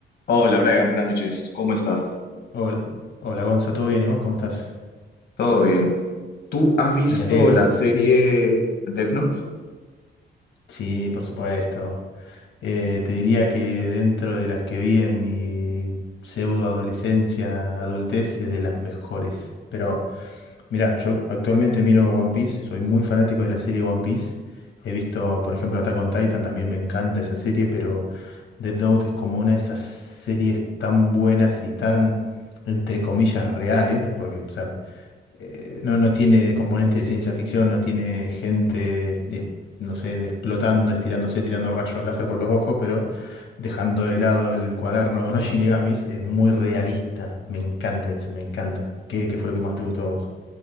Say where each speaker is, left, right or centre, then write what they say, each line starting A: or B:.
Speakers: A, on the left; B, on the left.
A: Hola Brian, buenas noches. ¿Cómo estás?
B: Hola, hola Gonza, ¿todo bien? ¿Y vos cómo estás?
A: ¿Todo bien? ¿Tú has visto
B: Me alegro.
A: la serie Death Note?
B: Sí, por supuesto. Eh, te diría que dentro de las que vi en mi pseudo adolescencia, adultez, es de las mejores. Pero mira, yo actualmente miro One Piece, soy muy fanático de la serie One Piece. He visto, por ejemplo, Attack on Titan, también me encanta esa serie, pero Death Note es como una de esas series tan buenas y tan, entre comillas, reales, porque, o sea, eh, no, no tiene componente de ciencia ficción, no tiene gente, es- no sé, de- explotando, estirándose, tirando rayos láser por los ojos, pero dejando de lado el cuaderno con los Shinigamis, es muy realista. Me encanta eso, me encanta. ¿Qué, qué fue lo que más te gustó a vos?